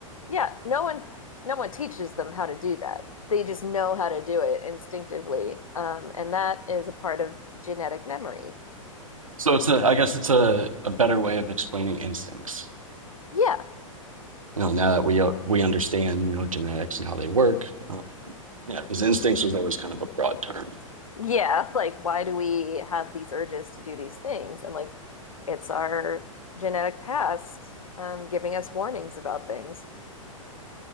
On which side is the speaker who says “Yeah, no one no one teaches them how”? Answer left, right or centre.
Left